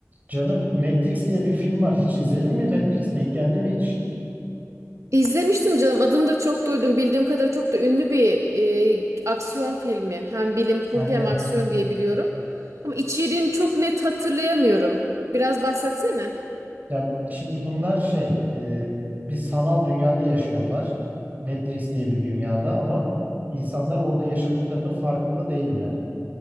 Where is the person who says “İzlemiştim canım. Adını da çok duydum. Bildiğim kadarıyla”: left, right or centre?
Right